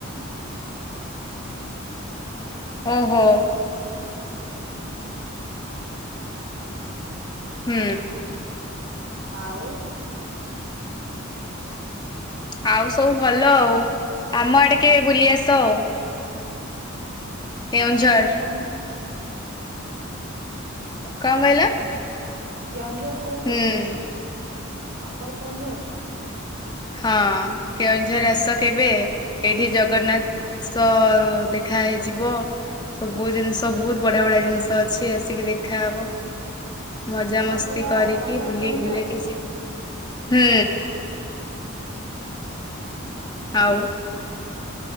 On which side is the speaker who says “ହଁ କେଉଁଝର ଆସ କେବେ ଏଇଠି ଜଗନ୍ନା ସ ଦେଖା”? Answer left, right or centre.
Left